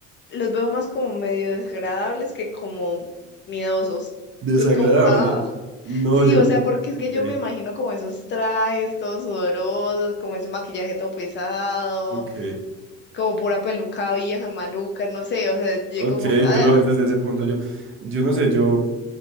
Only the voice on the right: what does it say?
Desagradables.
No,
yo.
Ok,
ok,
ok,
tú lo ves desde ese punto. Yo, yo no sé, yo.